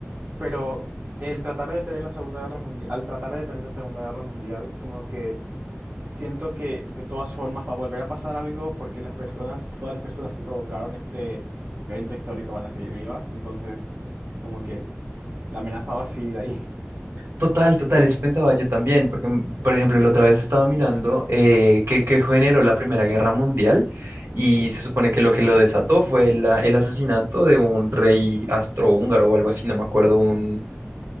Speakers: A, on the right; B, on the right.
A: pero el tratar de detener la Segunda Guerra Mundial, al tratar de detener la Segunda Guerra Mundial, como que Siento que de todas formas va a volver a pasar algo porque las personas, todas las personas que provocaron este evento histórico van a seguir vivas, entonces como que la amenaza va a seguir ahí.
B: total, total, eso pensaba yo también, porque mm, por ejemplo la otra vez estaba mirando eh, que, que generó la Primera Guerra Mundial y
A: Ujú,
B: se supone que lo que lo desató fue la- el asesinato de un rey astrohúngaro o algo así, no me acuerdo, un,